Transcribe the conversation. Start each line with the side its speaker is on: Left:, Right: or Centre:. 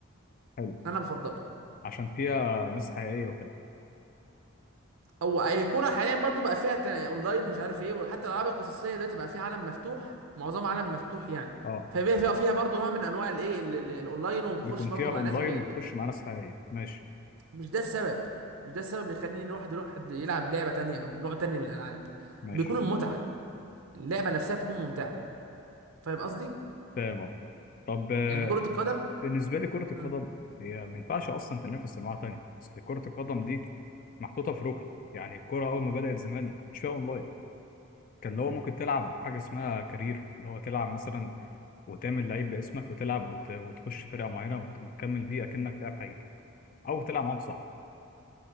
Left: حلو
Right: انا بفضلها
Left: عشان فيها ناس حقيقيه وكده
Right: او هي كوره حاليا برضو بقى فيها تن- اونلاين مش عارف ايه وحتى الالعاب القصصيه دلوقتي بقى فيها عالم مفتوح معظم عالم مفتوح يعني
Left: اه
Right: فبقى فيها فيها برضو نوع من انواع الايه ال- ال- الاونلاين وبتخش
Left: بيكون
Right: برضو
Left: فيها اونلاين
Right: مع ناس وكده
Left: وبتخش مع ناس حقيقيه ماشي
Right: مش ده السبب مش ده السبب اللي يخليني الواحد يروح يد- يلعب لعبه تانية او نوع تاني من الالعاب
Left: ماشي
Right: بيكون المتعه اللعبه نفسها بتكون ممتعه فاهم قصدي
Left: تمام أهو. طب آه،
Right: يعني كره القدم
Left: بالنسبه لي كره القدم
Right: مم.
Left: هي ما ينفعش اصلا تنافس انواع تانية اصل كره القدم دي محطوطه في ركن يعني الكره اول ما بدات زمان ما كانش فيها اونلاين كان اللي هو ممكن تلعب حاجه اسمها كارير اللي هو تلعب مثلا وتعمل لعيب باسمك وتلعب وت... وتخش فرقه معينه وت... وتكمل بيه اكنك لاعب حقيقي او تلعب مع واحد صاحبك